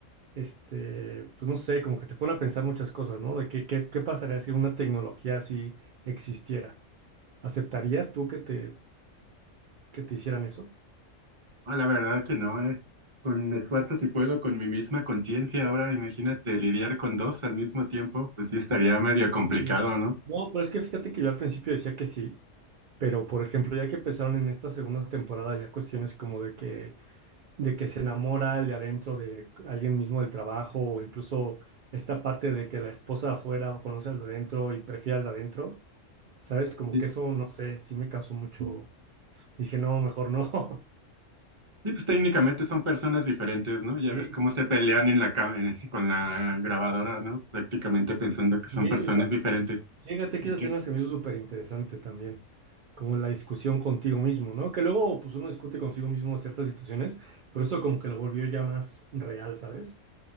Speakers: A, on the right; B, on the right.
A: este, pues no sé, como que te pone a pensar muchas cosas, ¿no? De qué, qué, qué pasaría si una tecnología así existiera. ¿Aceptarías tú que te, que te hicieran eso?
B: Ah, la verdad que no, eh. Con esfuerzo si puedo, con mi misma conciencia. Ahora imagínate lidiar con dos al mismo tiempo, pues sí estaría medio complicado,
A: Mm.
B: ¿no?
A: No, pero es que fíjate que yo al principio decía que sí, pero por ejemplo, ya que empezaron en esta segunda temporada, ya cuestiones como de que, de que se enamora el de adentro de alguien mismo del trabajo, o incluso esta parte de que la esposa de afuera conoce al de adentro y prefiere al de adentro, ¿sabes? Como
B: Sí,
A: que eso, no sé, sí me causó mucho. Dije, no, mejor no. <laughs>
B: Sí, pues técnicamente son personas diferentes, ¿no? Ya
A: Sí,
B: ves cómo se pelean en la ca- en- <laughs> con la grabadora, ¿no? Prácticamente pensando que son
A: sí,
B: personas
A: esa-
B: diferentes
A: fíjate
B: y
A: que esa
B: que
A: escena se me hizo súper interesante también, como la discusión contigo mismo, ¿no? Que luego pues uno discute consigo mismo ciertas situaciones, pero eso como que lo volvió ya más real, ¿sabes?